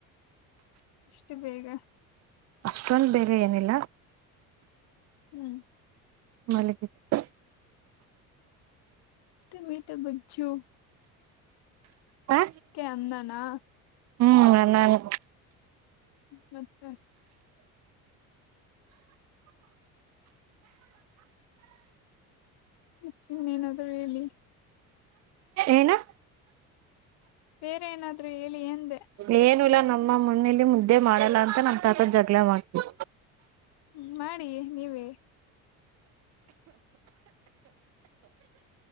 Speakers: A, on the left; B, on the right.
A: ಎಷ್ಟು ಬೇಗ
B: ಅಷ್ಟೊಂದು ಬೇಗ ಏನಿಲ್ಲ
A: ಹ್ಮ್
B: ಮಲ್ಲಿಗತ್ತು
A: ತ ಮ ತ ಬುದು
B: ಹ
A: ಅನ್ನನಾ
B: ಹ್ಮ್ ನ ನಾನು
A: ಮತ್ತೆ ಮತ್ತ ಮೇ ನದರಲ್ಲಿ
B: ಏನಾ
A: ಬೇರೆ ಏನಾದ್ರು ಹೇಳಿ ಎಂದೆ
B: ಏನು ಇಲ್ಲ ನಮ್ಮ ಮನೇಲಿ ಮುದ್ದೆ ಮಾಡಲ್ಲ ಅಂತ ನನ್ ತಾತದ ಜಗ್ಗಳ ಮಾಡ್ತವಿ
A: ಹ್ಮ ಮಾಡಿ ನೀವೇ